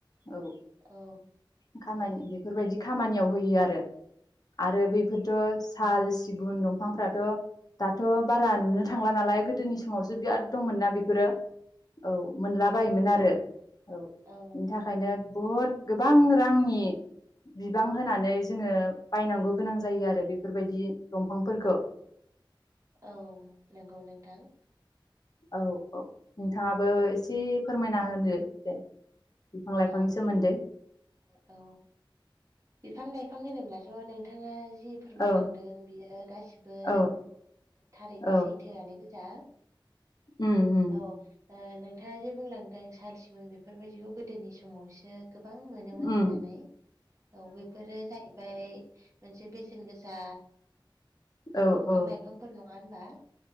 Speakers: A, on the left; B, on the right.
A: औ
B: औ
A: खामानि बेफोरबायदि खामानियाव होयो आरो आरो बैफोरथ' साल सिगुन दंफांफ्राथ' दाथ' बारा नुनो थांला नालाय गोदोनि समावसो बिराद दंमोन ना बेफोरो औ मोनलाबायोमोन आरो औ
B: औ,
A: बिनि थाखायनो बहुद गोबां रांनि बिबां होनानै जोङो बायनांगौ गोनां जायो आरो बेफोरबायदि दंफांफोरखौ
B: औ नंगौ नोंथां
A: औ औ नोंथाङाबो
B: औ
A: एसे फोरमायना होनो दे बिफां लाइफांनि
B: औ
A: सोमोन्दै
B: औ बिफां लाइफां होनोब्लाथ' नोंथाङा जि फोरमायलांदों
A: औ
B: बियो गासिबो
A: औ
B: थारैनो
A: औ
B: सैथोआनो गोजा
A: उम उम
B: औ नोंथाङा जे बुंलांदों साल सिगुन बेफोरबायदिखौ गोदोनि समावसो गोबां मोनोमोन
A: उम
B: होननानै औ बेफोरो जाहैबाय मोनसे बेसेन गोसा
A: औ
B: दंफां
A: औ
B: लाइफांफोर नङा होनबा।